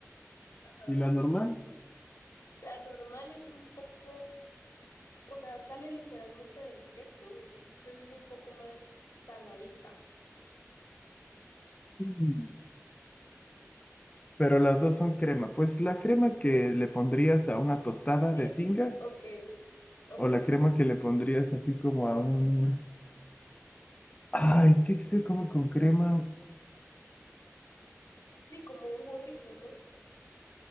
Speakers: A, on the left (about 65°); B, on the left (about 25°).
A: Ah,
B: ¿y la normal?
A: la normal es un poco, o sea, sale literalmente del queso, entonces es un poco más saladita.
B: Mm. Pero las dos son crema. Pues la crema que le pondrías a una tostada
A: <laughs>
B: de tinga
A: Ok, Ok,
B: o la
A: ok.
B: crema que le pondrías así como a un... Ay, ¿qué se come con crema?
A: Sí, como un burrito, ¿no?